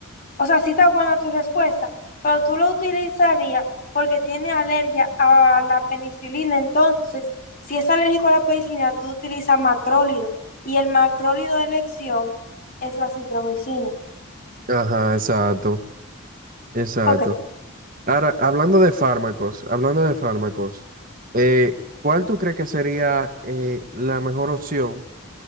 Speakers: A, on the left; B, on the right.
A: O sea, sí está buena tu respuesta, pero tú lo utilizarías porque tiene alergia a la penicilina. Entonces, si es alérgico a la penicilina, tú utilizas macrólido. Y el macrólido de elección es la citromicina.
B: Ajá, exacto, exacto.
A: Ok,
B: Ahora, hablando de fármacos, hablando de fármacos, eh, ¿cuál tú crees que sería eh, la mejor opción